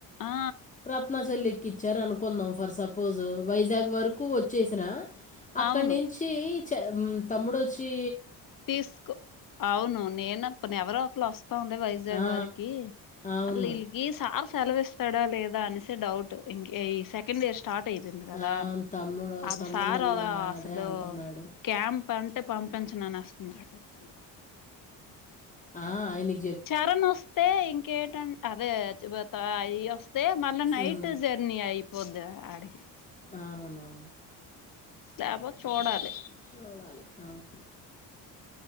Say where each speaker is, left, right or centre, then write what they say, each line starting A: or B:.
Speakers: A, on the left (about 45°); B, on the left (about 15°).
A: ఆ
B: రత్నా చల్లికి ఇచ్చార అనుకుందాం ఫర్ సపోజ్ వైజాగ్ వరకు వచ్చేస అక్కడ
A: అవును
B: నించి తమ్ముడుఒచి
A: తీసుకో అవును నేనుప్పును ఎవరో ఒకలా వస్త బొంబాయి వైజాగ్
B: ఆ,
A: వారికి
B: అవును
A: మళ్ళీ ఇళకి సార్ సెలవు ఇస్తాడో లేదా అనేసి డౌట్ ఇంక ఈ సెకండ్ ఇయర్ స్టార్ట్ అయిపోయింది కదా
B: ఆ, తమ్ముడు
A: ఆ
B: తమ్ముడు
A: సార్
B: అన్న
A: అద అసలు
B: అదే అంటున్నాడు
A: క్యాంప్ అంటే పంపించనుని పశ్చిం బా
B: అ ఆయనే
A: చరణ్ ఓస్తే ఇంకేంట అదే చివతాయి వస్త తే మళ్ళ నైట్
B: మ్,
A: జర్నీ అయి పొద ఆడికి
B: ఆ అవును
A: లేకపోతే చూడాలి
B: చూడాలి అవును